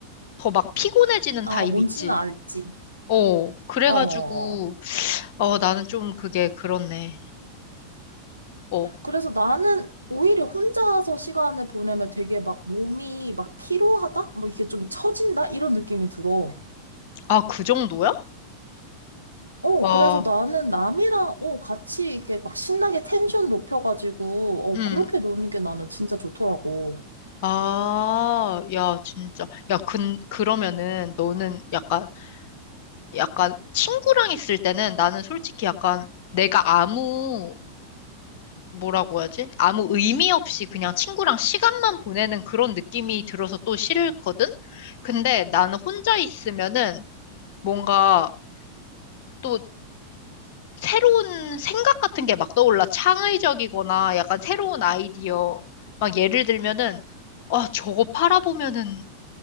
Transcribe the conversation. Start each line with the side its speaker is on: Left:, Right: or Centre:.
Left: 더 막 피곤해지는
Right: 아,
Left: 타입
Right: 뭔지는
Left: 있지.
Right: 알지.
Left: 어, 그래가지고,
Right: 어, 어, 어.
Left: 어, 나는 좀 그게 그렇네. 어,
Right: 그래서 나는 오히려 혼자서 시간을 보내면 되게 막 몸이 막 피로하다? 뭐 이게 좀 처진다? 이런 느낌이 들어.
Left: 아, 그 정도야?
Right: 어,
Left: 와,
Right: 그래서 나는 남이랑, 어, 같이 이렇게 막 신나게 텐션 높여가지고, 어,
Left: 음.
Right: 그렇게 노는 게 나는 진짜 좋더라고.
Left: 아, 야, 진짜. 야, 근, 그러면은 너는 약간 약간 친구랑 있을 때는 나는 솔직히 약간 내가 아무 뭐라고 해야지? 아무 의미 없이 그냥 친구랑 시간만 보내는 그런 느낌이 들어서 또 싫거든? 근데 나는 혼자 있으면은 뭔가 또 새로운 생각 같은 게 막 떠올라. 창의적이거나 약간 새로운 아이디어. 막 예를 들면은, 아, 저거 팔아보면은